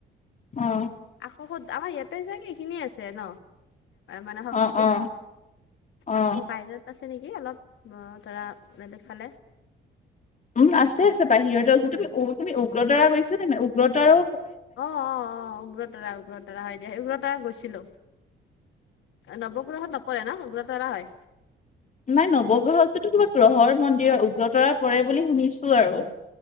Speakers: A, on the left; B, on the left.
A: অ
B: আকৌ ক'ত আমাৰ ইয়াতে চাগে এইখিনিয়ে আছে ন। মানে শক্তিপীঠ
A: অ অ অ
B: আকৌ বাহিৰত আছে। অলপ ধৰা বেলেগ ফালে।
A: উম আছে আছে বাহিৰতে আছো তুমি তুমি উগ্ৰতৰা গৈছ নে নে উগ্ৰতাৰাও।
B: অ অ অ উগ্ৰতৰা উগ্ৰতৰা হয় দে উগ্ৰতৰা গৈছিলো। নৱগ্ৰহত নপৰে ন উগ্ৰতাৰা হয়।
A: নাই নৱগ্ৰহটোতো কিবা গ্ৰহৰ মন্দিৰ উগ্ৰতৰা পৰে বুলি শুনিছো আৰু